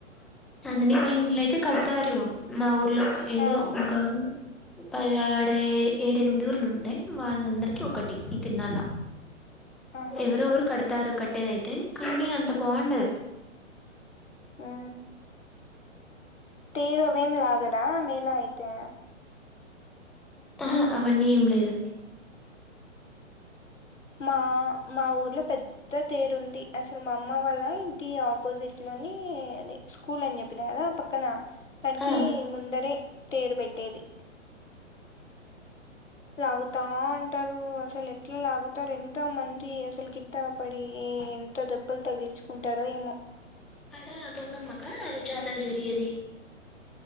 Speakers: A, in the centre; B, on the left (about 70°).
A: నందిని వా లిల్లయితే కడుతారు మా ఊరు లో ఏదో
B: ఆ
A: వొంక పది ఏ ఏడు ఎనిమిది ఊర్లు ఉంటాయి వాళ్ళందరికీ ఒకటి ఈ తీర్న ల
B: ఆహా
A: ఎవరవరు కడతారు కట్టేదయితే కానీ అంత బాగుండదు
B: ఆ టీలు అవేం దాగరు ల మేల అయితే
A: ఆహా అవన్నీ ఏం లేదు
B: మా మా ఊర్లో పెద్ద తేరు ఉంది అసలు మా అమ్మ వాళ్ళ ఇంటి అపోజిట్ లోని స్కూల్ అని చెప్పిన కదా పక్కన దానికి
A: ఆ
B: ముందరే తేరు పెట్టేది లాగుతా ఉంటారు అసలు ఎట్లా లాగుతారు ఎంతో మంది అసలు కింద పడి ఎంత దెబ్బలు తగిలించుకుంటారో ఏమో
A: అక్కడ గంగమ్మక ఆడ జాతర జరిగేది